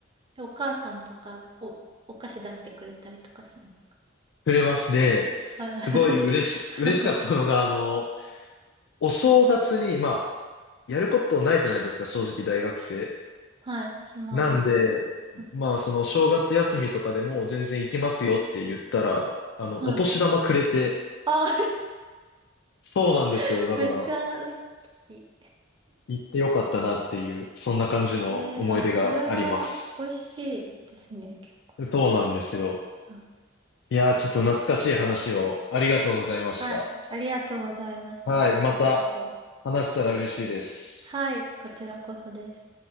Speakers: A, on the right (about 25°); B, on the left (about 60°).
A: でお母さんとか、お、お菓子出してくれたりとかするんですか
B: 触れますで、
A: はい。
B: すごい嬉し、
A: <laughs>
B: 嬉しかったのが、あの、お正月に、まあ、やることないじゃないですか、正直大学生。
A: はい。暇ですね。
B: なんで、
A: うん
B: まあ、そのお正月休みとかでも全然行きますよって言ったら、あの、
A: はい。
B: お年玉くれて、
A: あ、
B: そうなんですよ。
A: <laughs>
B: だから、
A: めっちゃラッキ
B: 行ってよかったなっていう、そんな感じの思い出があります。
A: ー。<laughs> えー、あ、それは美味しいですね、結構。
B: そうなんですよ。
A: うん
B: いやー、ちょっと懐かしい話をありがとうございました。
A: はい。ありがとうございました。
B: はい、
A: こちらこそ。
B: また話せたら嬉しいです。
A: はい。こちらこそです。